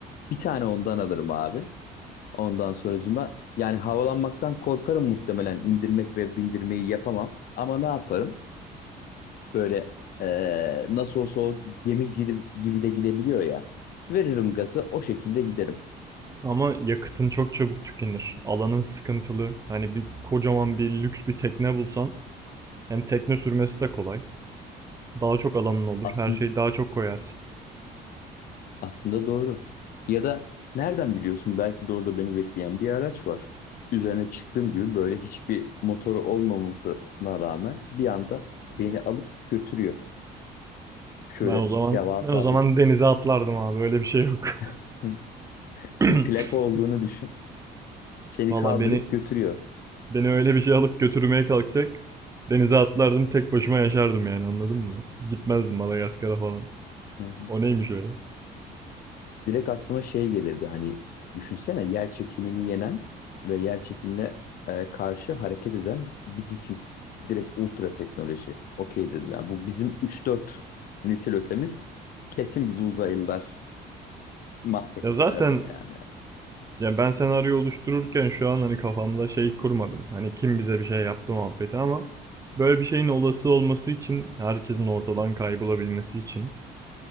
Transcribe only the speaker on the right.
Ama yakıtın çok çabuk tükenir. Alanın sıkıntılı. Hani bir kocaman bir lüks bir tekne bulsan hem tekne sürmesi de kolay. Daha çok alanın olur.
Her şeyi daha çok koyarsın.
Ben o zaman
ben o zaman
denize atlardım abi. Öyle bir şey yok.
<laughs>
<clears throat>
Valla
beni
beni öyle bir şey alıp götürmeye kalkacak. Denize atlardım tek başıma yaşardım yani anladın mı? Gitmezdim Madagaskar'a falan.
O neymiş öyle?
Ya zaten
ya ben senaryo oluştururken şu an hani kafamda şey kurmadım. Hani kim bize bir şey yaptı muhabbeti ama böyle bir şeyin olası olması için herkesin ortadan kaybolabilmesi için